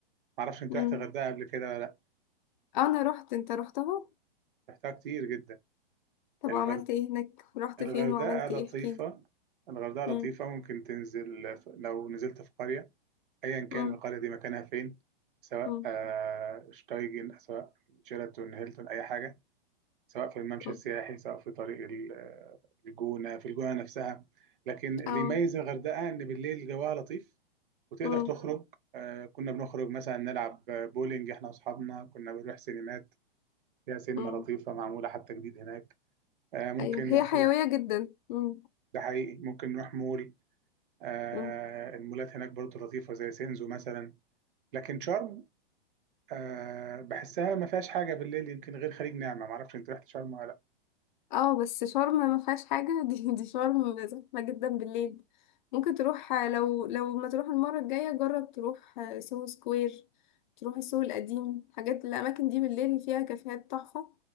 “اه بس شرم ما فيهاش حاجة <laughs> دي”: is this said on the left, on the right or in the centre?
Left